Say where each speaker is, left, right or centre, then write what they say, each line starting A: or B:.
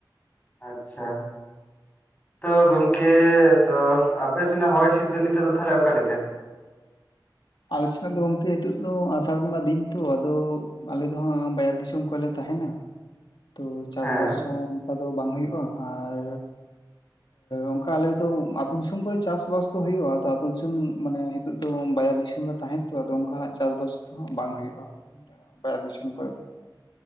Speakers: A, on the left; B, on the left.
A: ᱟᱪᱪᱷᱟ, ᱛᱚ ᱜᱚᱝᱠᱮ, ᱛᱚ ᱟᱯᱮ ᱥᱮᱱᱟᱜ ᱦᱚᱭ ᱦᱤᱥᱤᱫ ᱫᱚ ᱱᱤᱛᱚᱜ ᱫᱚ ᱛᱟᱦᱚᱞᱮ ᱚᱠᱟ ᱞᱮᱠᱟ?
B: ᱟᱞᱮ ᱥᱮᱱ ᱫᱚ ᱜᱚᱢᱠᱮ ᱱᱤᱛᱚᱜ ᱫᱚ ᱟᱥᱟᱲ ᱵᱚᱸᱜᱟ ᱫᱤᱱ ᱛᱚ ᱟᱫᱚ, ᱟᱞᱮ ᱫᱚᱦᱟᱸᱜ ᱵᱟᱡᱟᱨ ᱫᱤᱥᱚᱢ ᱠᱚᱨᱮ ᱞᱮ ᱛᱟᱦᱮᱸᱱᱟ ᱾ ᱛᱚ ᱪᱟᱥᱵᱟᱥ
A: ᱦᱮᱸ
B: ᱦᱚᱸ ᱚᱱᱠᱟ ᱫᱚ ᱵᱟᱝ ᱦᱳᱭᱳᱜᱼᱟ, ᱟᱨ ᱚᱱᱠᱟ ᱟᱞᱮᱫᱚ ᱟᱛᱳ ᱫᱤᱥᱚᱢ ᱠᱚᱨᱮ ᱪᱟᱥ ᱵᱟᱥ ᱫᱚ ᱦᱳᱭᱳᱜᱼᱟ ᱾ ᱟᱫᱚ ᱟᱛᱳ ᱫᱤᱥᱚᱢ ᱢᱟᱱᱮ ᱱᱤᱛᱚᱜ ᱫᱚ ᱵᱟᱡᱟᱨ ᱫᱤᱥᱚᱢ, ᱨᱮ ᱛᱟᱦᱮᱱ ᱛᱚ ᱟᱫᱚ ᱩᱱᱠᱟ ᱪᱟᱥᱵᱟᱥ ᱛᱚ ᱵᱟᱝ ᱦᱩᱭᱩᱜᱼᱟ ᱾ ᱵᱟᱡᱟᱨ ᱫᱤᱥᱚᱢ ᱠᱚᱨᱮ ᱫᱚ᱾